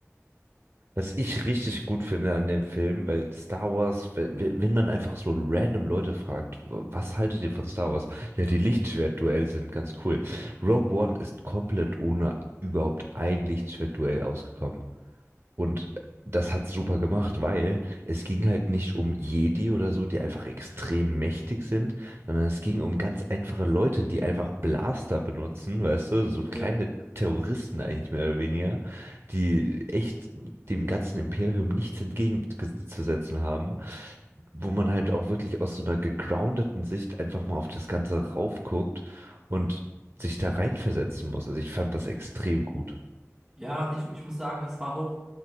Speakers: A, on the right; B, on the right.
A: Was ich richtig gut finde an dem Film, weil Star Wars, we- we- wenn man einfach so random Leute fragt, w- was haltet ihr von Star Wars? Ja, die Lichtschwertduell sind ganz cool. Rogue One ist komplett ohne überhaupt ein Lichtschwertduell ausgekommen. Und das hat's super gemacht, weil es ging halt nicht um Jedi oder so, die einfach extrem mächtig sind, sondern es ging um ganz einfache Leute, die einfach Blaster benutzen, weißt du, so kleine
B: Ja,
A: Ja. Terroristen eigentlich mehr oder weniger, die echt dem ganzen Imperium nichts entgegenzusetzen haben, wo man halt auch wirklich aus so einer gegroundeten Sicht einfach mal auf das Ganze raufguckt und sich da reinversetzen muss. Also ich fand das extrem gut.
B: ja, ich, ich muss sagen, es war auch,